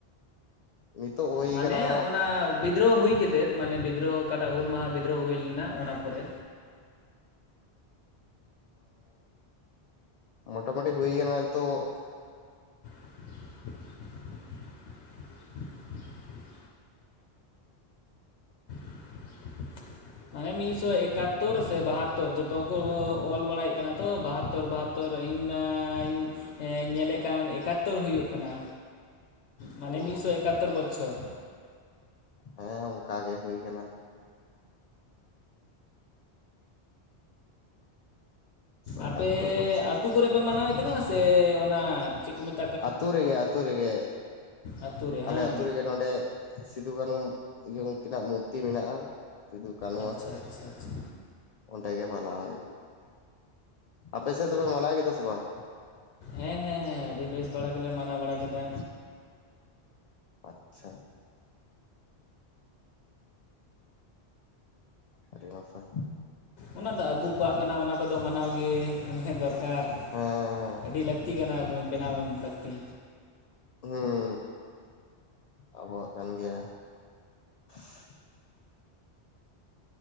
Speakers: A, on the left; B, on the left.
A: ᱱᱤᱛᱚᱜ ᱦᱩᱭ
B: ᱢᱟᱱᱮ
A: ᱠᱟᱱᱟ
B: ᱚᱱᱟ ᱵᱤᱫᱽᱫᱨᱳ ᱦᱩᱭ ᱠᱟᱛᱮᱫ ᱛᱮᱫ ᱢᱟᱱᱮ ᱵᱤᱫᱽᱨᱚᱦᱚ ᱚᱠᱟᱴᱟᱜ ᱦᱩᱞ ᱢᱟᱦᱟ ᱵᱤᱫᱽᱨᱚᱦᱚ ᱦᱩᱭ ᱞᱮᱱᱟ ᱚᱱᱟ ᱯᱚᱨᱮ
A: ᱚ ᱢᱚᱴᱟᱢᱩᱴᱤ ᱦᱩᱭ ᱠᱟᱱᱟ ᱱᱤᱛᱚᱜ
B: <inaudible> <inaudible> ᱢᱟᱱᱮ ᱢᱤᱫᱥᱚ ᱮᱠᱟᱛᱳᱨ ᱥᱮ ᱵᱟᱦᱟᱛᱳᱨ ᱡᱚᱛ ᱛᱚ ᱠᱚ ᱚᱞ ᱵᱟᱲᱟᱭᱮᱫ ᱠᱟᱱᱟ ᱛᱚ ᱵᱟᱦᱟᱛᱳᱚᱨ ᱵᱟᱦᱟᱛᱳᱨ ᱤᱧ ᱢᱟᱧ ᱦᱮᱸ ᱧᱮᱞᱮᱫ ᱠᱟᱱ ᱮᱠᱟᱛᱛᱳᱨ ᱦᱩᱭᱩᱜ ᱠᱟᱱᱟ ᱢᱟᱱᱮ
A: ᱚ
B: ᱢᱤᱫᱥᱚ ᱮᱠᱟᱛᱛᱳᱨ ᱵᱚᱪᱷᱚᱨ
A: ᱦᱮᱸ ᱚᱱᱠᱟ ᱜᱮ ᱦᱩᱭ ᱠᱟᱱᱟ ᱮᱠᱟᱛᱛᱳᱨ
B: ᱟᱯᱮ
A: ᱵᱚᱪᱷᱚᱨ
B: ᱟᱹᱛᱩ ᱠᱚᱨᱮ ᱯᱮ ᱢᱟᱱᱟᱣᱮᱫ ᱠᱟᱱᱟ ᱥᱮ ᱚᱱᱟ ᱪᱮᱫ ᱠᱚ ᱢᱮᱛ
A: ᱟᱹᱛᱩ ᱨᱮᱜᱮ ᱟᱹᱛᱩ ᱨᱮᱜᱮ
B: ᱟᱹᱛᱩ ᱨᱮ
A: ᱟᱞᱮ
B: ᱦᱟᱝ
A: ᱟᱹᱛᱩ ᱨᱮᱜᱮ ᱱᱚᱰᱮ ᱥᱤᱫᱩ ᱠᱟᱹᱱᱩ ᱮ ᱩᱱᱠᱤᱱᱟᱜ ᱢᱩᱨᱛᱤ ᱢᱮᱱᱟᱜ-ᱟ ᱥᱤᱫᱩ ᱠᱟᱹᱱᱩᱣᱟᱜ
B: ᱟᱪᱪᱷᱟ ᱟᱪᱪᱷᱟ ᱟᱪᱪᱷᱟ
A: ᱚᱸᱰᱮ ᱜᱮ ᱢᱟᱱᱟᱣ ᱦᱩᱭᱩᱜ-ᱟ᱾ ᱟᱯᱮ ᱥᱮᱫ ᱫᱚᱯᱮ ᱢᱟᱱᱟᱣ ᱠᱮᱫᱟ ᱥᱮ ᱵᱟᱝ?
B: ᱦᱮᱸ ᱦᱮᱸ ᱦᱮᱸ ᱟᱹᱰᱤ ᱵᱮᱥ ᱵᱟᱲᱟ ᱜᱮᱞᱮ ᱢᱟᱱᱟᱣ ᱵᱟᱲᱟ ᱠᱮᱫᱟ
A: ᱟᱪᱪᱷᱟ ᱟᱹᱰᱤ ᱱᱟᱯᱟᱭ
B: ᱚᱱᱟᱫᱚ ᱟᱵᱚ ᱠᱚᱣᱟᱜ ᱠᱟᱱᱟ ᱚᱱᱟ ᱠᱚᱫᱚ ᱢᱟᱱᱟᱣ ᱜᱮ ᱫᱚᱨᱠᱟᱨ
A: ᱦᱮᱸ ᱦᱮᱸ
B: ᱟᱹᱰᱤ ᱞᱟᱹᱠᱛᱤ ᱠᱟᱱᱟ ᱵᱮᱱᱟᱣ ᱞᱟᱹᱠᱛᱤ
A: ᱦᱩᱸ ᱟᱵᱚᱣᱟᱜ ᱠᱟᱱ ᱜᱮᱭᱟ <inaudible>